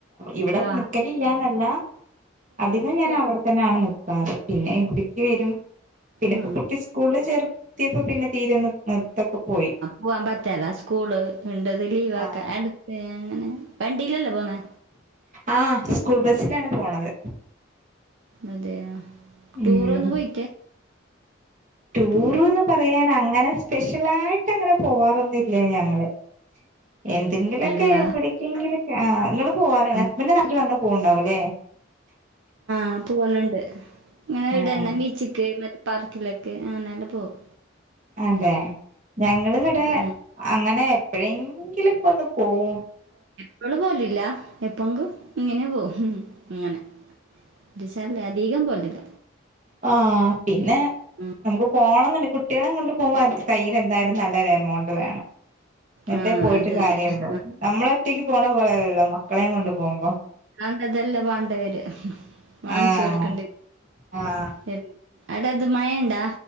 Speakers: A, on the right; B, on the right.
A: ഇവിടെ
B: ആ
A: നിക്കലില്ല എന്നല്ല അധികം ഞാൻ അവിടെ തന്നെ ആണ് നിക്കാറ് പിന്നെ ഇവിടക്ക് വരും. പിന്നെ ഇപ്പ
B: ആ
A: കുട്ടി സ്കൂളി ചേർത്തിയപ്പോ പിന്നെ തീരെന്ന് നിർത്തൊക്കെ പോയി.
B: പോകാൻ പറ്റെല സ്കൂള് ഉണ്ടത് ലീവ് ആക്കാൻ
A: ആ
B: അടുത്ത് അങ്ങനെ വണ്ടില്ലല്ലേ പോന്നേ.
A: ആഹ് സ്കൂൾ ബസിലാണ് പോണത്.
B: അതെയൊ. ടൂർ
A: ഉം
B: ഒന്ന് പോയിട്ടേ
A: ടൂറ്ന്ന്
B: ടൂ
A: പറയാൻ അങ്ങനെ സ്പെഷ്യലായിട്ട് അങ്ങനെ പോവാറൊന്നുല്ല ഞങ്ങള് എന്തെങ്കിലൊക്കെ
B: ഇല്ല
A: എവിടെ ക്കെങ്കിലൊക്കെ ആഹ നിങ്ങള് പോവാറ
B: ആ
A: ഹസ്ബന്ഡന്റെ നാട്ടിൽ വന്ന പോവുണ്ടാവ അല്ലേ
B: ആഹ പോവലുണ്ട് അങ്ങനെ ഇവിടെ
A: ആഹ്
B: തന്നെ ബീച്ചിക്ക് മറ്റേ പാർക്കിലൊക്ക് അങ്ങനെല്ലാം പോകും.
A: അതെ ഞങ്ങള് വിടെ
B: ഉം
A: അങ്ങനെ. എപ്പഴെങ്കിലുംക്കെ ഒന്ന് പോകും.
B: ങ്ങെള് പോലില്ല എപ്പോങ്കും ഇങ്ങനെ പോവും അങ്ങനെ. എന്താച്ചാൽ അധികം പോവലില്ല.
A: ആഹ് പിന്നെ
B: ഉം
A: നമുക്ക് പോണം എന്ന്‌ണ്ടേ കുട്ടികളേം കൊണ്ട് പോവാൻ കയ്യിൽ എന്തായാലും നല്ലൊരു എമൗണ്ട് വേണം. ന്ന്‌ട്ടേ
B: ആ
A: പോയിട്ട്
B: അതന്നെ
A: കാര്യള്ളൂ
B: ആ
A: നമ്മള ഒറ്റയ്ക്ക് പോണ പോലെയല്ലല്ലോ മക്കളെയും കൊണ്ട് പോകുമ്പോ.
B: കണ്ടതെല്ല വാണ്ടവേര വാങ്ങിച്ചു
A: ആഹ്
B: കൊടുക്കണ്ടി
A: ആഹ്
B: വരും. അടത് മൈണ്ടാ